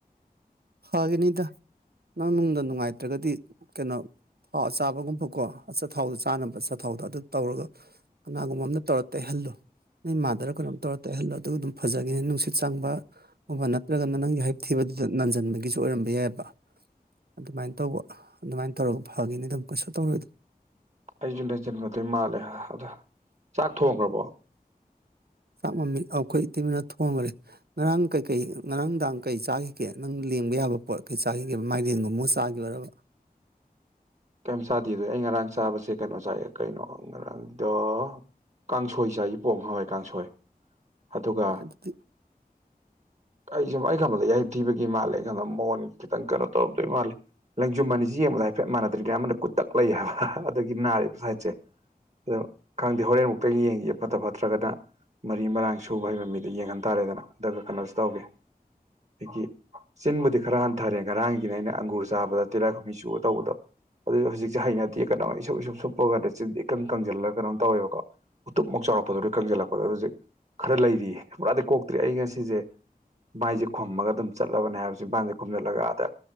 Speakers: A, on the right (about 85°); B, on the right (about 45°).
A: ꯐꯒꯅꯤꯗ ꯅꯪ ꯅꯨꯡꯗ ꯅꯨꯡꯉꯥꯏꯇ꯭ꯔꯒꯗꯤ ꯀꯩꯅꯣ ꯊꯥꯎ ꯑꯆꯥꯕꯒꯨꯝꯕꯀꯣ ꯑꯆꯊꯥꯎꯗꯣ ꯆꯥꯅꯕ ꯑꯆꯊꯥꯎꯗꯣ ꯑꯗꯨ ꯇꯧꯔꯒ ꯀꯅꯥꯒꯨꯝꯕꯝꯅ ꯇꯧꯔ ꯇꯩꯍꯜꯂꯨ ꯅꯣꯏ ꯃꯥꯗꯔ ꯀꯩꯅꯣꯝ ꯇꯧꯔ ꯇꯩꯍꯜꯂꯣ ꯑꯗꯨ ꯑꯗꯨꯝ ꯐꯖꯒꯤꯅꯤ ꯅꯨꯡꯁꯤꯠ ꯆꯪꯕ ꯒꯨꯝꯕ ꯅꯠ <unintelligible> ꯅꯪꯒꯤ ꯌꯍꯤꯞ ꯊꯤꯕꯗꯨꯗ ꯅꯟꯖꯟꯕꯒꯤꯁꯨ ꯑꯣꯏꯔꯝꯕ ꯌꯥꯏꯌꯦꯕ ꯑꯗꯨꯃꯥꯏꯅ ꯇꯧꯕ ꯑꯗꯨꯃꯥꯏꯅ ꯇꯧꯔꯒ ꯐꯒꯤꯅꯤ ꯗꯨꯝ ꯀꯩꯁꯨ ꯇꯧꯔꯣꯏꯗ
B: ꯑꯩꯖꯨ ꯅꯖꯤꯟꯕꯗꯤ ꯃꯥꯜꯂꯦ ꯑꯗ ꯆꯥꯛ ꯊꯣꯡꯒ꯭ꯔꯕꯣ
A: ꯆꯥꯛ ꯃꯃꯤ ꯑꯈꯣꯏ ꯏꯇꯩꯃꯅ ꯊꯣꯡꯒ꯭ꯔꯦ ꯉꯔꯥꯡ ꯀꯩꯀꯩ ꯉꯔꯥꯡꯗꯥꯡ ꯀꯩ ꯆꯥꯈꯤꯒꯦ ꯅꯪ ꯂꯦꯡꯕ ꯌꯥꯕ ꯄꯣꯠ ꯀꯩ ꯆꯥꯒꯤꯒꯦꯕ ꯃꯥꯏꯔꯦꯟꯒꯨꯝꯕꯒ ꯆꯥꯒꯤꯕ꯭ꯔꯕ
B: ꯀꯩꯝ ꯆꯥꯗꯦꯗꯣ ꯑꯩ ꯉꯔꯥꯡ ꯆꯥꯕꯁꯦ ꯀꯩꯅꯣ ꯆꯥꯏꯌꯦ ꯀꯩꯅꫭ ꯉꯔꯥꯡꯒꯤꯗꯣ ꯀꯥꯡꯁꯣꯏ ꯆꯥꯏꯌꯦ ꯄꯣꯡ ꯍꯋꯥꯏ ꯀꯥꯡꯁꯣꯏ ꯑꯗꯨꯒ
A: ꯑꯗꯨꯗꯤ <inaudible>
B: ꯑꯩ ꯁꯨꯝ ꯑꯩ ꯈꯟꯕꯗ ꯌꯥꯍꯤꯞ ꯊꯤꯕꯒꯤ ꯃꯥꯜꯂꯦ ꯑꯩ ꯈꯟꯕꯗ ꯃꯣꯟ ꯈꯤꯇꯪ ꯀꯩꯅꯣ ꯇꯧꯔꯝꯗꯣꯏ ꯃꯥꯜꯂꯦ ꯂꯦꯡꯖꯨꯝ ꯑꯅꯤꯖꯦ ꯌꯦꯡꯕꯗ ꯍꯥꯏꯐꯦꯠ ꯃꯥꯟꯅꯗ꯭ꯔꯤꯅꯦ ꯑꯃꯅ ꯀꯨꯠꯇꯛ ꯂꯩ ꯍꯥꯏꯕ ꯑꯗꯒꯤ ꯅꯥꯔꯤꯕ ꯁꯥꯏꯠꯁꯦ ꯑꯗꯣ ꯈꯪꯗꯦ ꯍꯧꯔꯦꯟꯕꯨꯛꯇ ꯌꯦꯡꯒꯤꯒꯦ ꯐꯠꯇ ꯐꯠꯇ꯭ꯔꯒꯅ ꯃꯔꯤ ꯃꯔꯥꯡ ꯁꯨꯕ ꯍꯩꯕ ꯃꯤꯗ ꯌꯦꯡꯍꯟ ꯇꯥꯔꯦꯗꯅ ꯑꯗꯨꯒ ꯀꯩꯅꯣꯁꯨ ꯇꯧꯒꯦ <unintelligible> ꯆꯤꯟꯕꯨꯗꯤ ꯈꯔ ꯍꯟꯊꯔꯦ ꯉꯔꯥꯡꯒꯤꯅꯦ ꯑꯩꯅ ꯑꯪꯒꯨꯔ ꯆꯥꯕꯗ ꯇꯤꯔꯥꯏꯈꯨꯝꯕꯤ ꯆꯨꯔ ꯇꯧꯕꯗꯣ ꯑꯗꯨ ꯍꯧꯖꯤꯛꯁꯦ ꯍꯩꯅꯗꯦ ꯀꯩꯅꯣ ꯏꯁꯨꯞ ꯏꯁꯨꯞ ꯁꯨꯞꯄꯒꯅꯦ ꯆꯤꯟꯖꯦ ꯏꯀꯪ ꯀꯪꯖꯤꯜꯂꯒ ꯀꯩꯅꯣꯝ ꯇꯧꯋꯦꯕꯀꯣ ꯎꯇꯨꯞꯃꯨꯛ ꯆꯥꯎꯔꯛꯄꯗꯨꯅ ꯀꯪꯖꯜꯂꯛꯄꯗ ꯍꯧꯖꯤꯛ ꯈꯔ ꯂꯩꯔꯤꯌꯦ ꯄꯨꯔꯥꯗꯤ ꯀꯣꯛꯇ꯭ꯔꯤ ꯑꯩ ꯉꯁꯤꯖꯦ ꯃꯥꯏꯖꯦ ꯈꯨꯝꯃꯒ ꯑꯗꯨꯝ ꯆꯠꯂꯕꯅꯦ ꯍꯥꯏꯕ ꯆꯤꯝꯕꯥꯟꯖꯦ ꯈꯨꯝꯖꯜꯂꯒ ꯑꯥꯗ